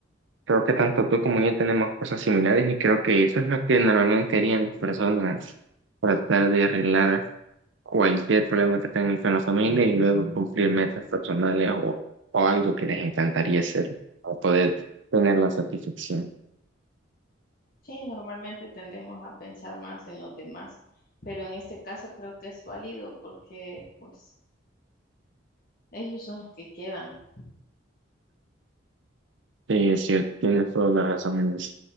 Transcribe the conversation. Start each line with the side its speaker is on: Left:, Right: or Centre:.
Right: creo que tanto tú como yo tenemos cosas similares y creo que eso es lo que normalmente harían las personas para tratar de arreglar cualquier problema que tengan con la familia y luego cumplir metas personales o, o algo que les encantaría hacer o poder tener la satisfacción.
Left: Sí, normalmente tendemos a pensar más en los demás, pero en este caso creo que es válido porque pues ellos son los que quedan.
Right: Sí, es cierto, tienes toda la razón en eso.